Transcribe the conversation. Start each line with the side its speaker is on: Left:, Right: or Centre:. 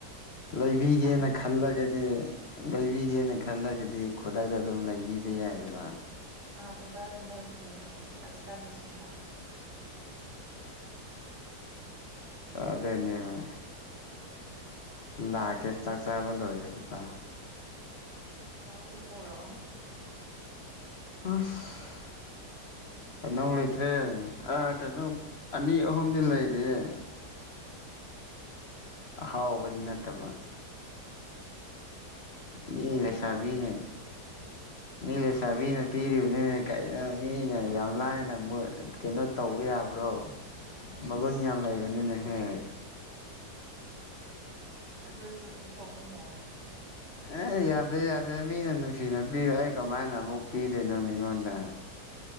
Left: ꯂꯩꯕꯤꯒꯦꯅ
Right: ꯇꯥꯅꯤꯡꯗꯦꯗ
Left: ꯈꯜꯂꯒꯗꯤ ꯂꯩꯕꯤꯒꯦꯅ ꯈꯜꯂꯒꯗꯤ ꯈꯨꯗꯛꯇ ꯑꯗꯨꯝ ꯂꯩꯕꯤꯕ ꯌꯥꯏꯑꯕ
Right: ꯑꯥ ꯈꯨꯇꯗ ꯂꯩꯕꯤꯒꯦ ꯍꯧꯖꯤꯛ ꯑꯁ ꯆꯜꯂꯁꯤ ꯂꯥꯛꯑꯣ
Left: ꯑꯗꯅꯤꯔꯦ ꯂꯥꯛꯀꯦ ꯆꯥꯛ ꯆꯥꯕ ꯂꯣꯏꯔꯒꯀꯣ
Right: ꯍꯅꯎꯁꯨꯄꯔꯣ
Left: ꯍꯁ
Right: <inaudible>
Left: ꯑꯩꯅꯧ ꯂꯩꯇ꯭ꯔꯦ ꯑꯥ ꯀꯩꯅꯣ ꯑꯅꯤ ꯑꯍꯨꯝꯗꯤ ꯂꯩꯔꯤ ꯑ ꯑꯍꯥꯎꯕꯗꯤ ꯅꯠꯇꯕ
Right: ꯑꯁ
Left: ꯃꯤ
Right: ꯍꯩꯅꯧ
Left: ꯂꯩ ꯁꯕꯤꯅꯦ
Right: <inaudible>
Left: ꯃꯤ ꯂꯩꯁꯥꯕꯤꯅ ꯄꯤꯔꯤꯕꯅꯤꯅꯦ ꯀꯩꯅ ꯃꯤꯅ ꯌꯥꯝ ꯂꯥꯏꯅ ꯀꯩꯅꯣ ꯇꯧꯕ ꯌꯥ ꯇꯥꯕ꯭ꯔꯣ
Right: ꯏꯁ
Left: ꯃꯕꯨ ꯅꯤꯌ ꯌꯥꯝ ꯂꯩꯕꯅꯤꯅꯦꯍꯦ
Right: ꯑꯗꯨꯁꯨ ꯄꯤꯊꯣꯛꯄ ꯌꯥꯏꯒꯦꯅꯦ
Left: ꯑꯦ ꯌꯥꯗꯦ ꯌꯥꯗꯦ ꯃꯤꯅ ꯅꯨꯡꯁꯤꯅ ꯄꯤꯔꯣ ꯑꯩ ꯀꯃꯥꯏꯅ ꯑꯃꯨꯛ ꯄꯤꯗꯣꯏꯅꯣ ꯃꯤꯉꯣꯟꯗ